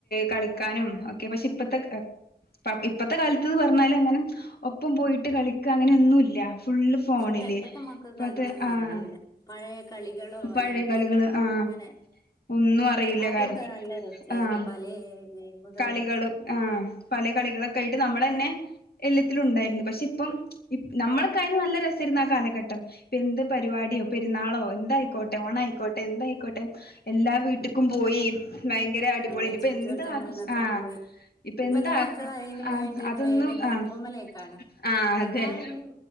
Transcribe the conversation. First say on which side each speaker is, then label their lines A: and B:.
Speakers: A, on the left (about 85°); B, on the left (about 25°).
A: കളിക്കാനും ഒക്കെ പക്ഷെ ഇപ്പത്തെ ആഹ് ഇപ്പഴത്തെ കാലത്ത്ന്ന് പറഞ്ഞാല് അങ്ങനെ ഒപ്പം പോയിട്ട് കളി അങ്ങനെ ഒന്നുമില്ല ഫുള്ള് ഫോണില്
B: ഇല്ല ഇപ്പത്തെ മക്കൾക്ക്
A: ഇപ്പഴത്തെ
B: അതൊന്നും
A: ആഹ്
B: അറിയൂല പഴയ കളികളോ
A: പഴയ
B: അല്ലെങ്കില്
A: കളികള് ആഹ്
B: അങ്ങനെ
A: ഒന്നും അറിയില്ല
B: ആദ്യൊക്കെ
A: കാര്യം
B: നല്ല രസായിരുന്നു
A: ആഹ്
B: പലേ ഗെയിമുകളും
A: കളി ളും ആഹ് പല കളികളൊക്കെ ആയിട്ട് നമ്മള് തന്നെ എല്ലാത്തിലും ഉണ്ടായിരുന്നു പക്ഷെ ഇപ്പം ഇപ് നമ്മളകായിന് നല്ല രസമായിരുന്നു ആ കാലഘട്ടം ഇപ്പം എന്ത് പരിപാടിയോ പെരുന്നാളോ എന്തായിക്കോട്ടെ ഓണം ആയിക്കോട്ടെ എന്തായിക്കോട്ടെ എല്ലാ വീട്ടുക്കും പോയി ഭയങ്കര അടിപൊളി
B: അതെ
A: ആയിന് ഇപ്പൊ
B: ചുറ്റുവട്ടങ്ങളിലൊക്കെ
A: എന്ത് ആഘോ ആഹ്
B: പോയി
A: ഇപ്പം
B: ഇപ്പത്തെ
A: എന്താ
B: മക്കൾ അതിന്
A: ആഹ്
B: വേണ്ടിട്ട്
A: അതൊന്നും
B: വേഗം ട്രിപ്പുമ്മലേക്കാണ്
A: ആഹ് ആഹ്
B: പെരുന്നാളിന്
A: അതന്നെ